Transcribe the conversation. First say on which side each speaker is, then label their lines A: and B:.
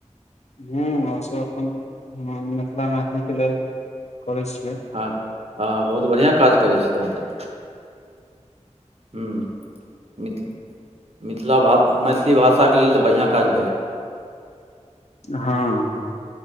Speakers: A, on the left (about 65°); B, on the right (about 55°).
A: हं आओ सब अपन मिथिला मैथिलीक के लेल करै छियै
B: हँ हँ बहुत बढ़िआँ काज करइ छी तहन तऽ हं मिथ मिथिला भा मैथिली भाषाक बढ़िआँ कऽ
A: हँ